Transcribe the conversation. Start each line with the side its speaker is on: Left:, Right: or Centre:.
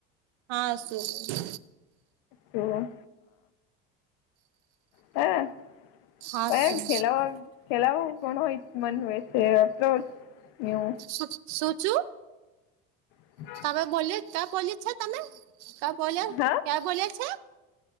Right: હા, શું.
Left: છે હ, હે.
Right: હા
Left: અ
Right: શું
Left: ન ખેલાવો ખેલાવો ઘણો હોય મન હોય છે તો યુ.
Right: શું શું ચું.
Left: <inaudible>
Right: કા બોલો કા બોલી છો તમે, કા બોલો
Left: હા
Right: કા બોલો છે.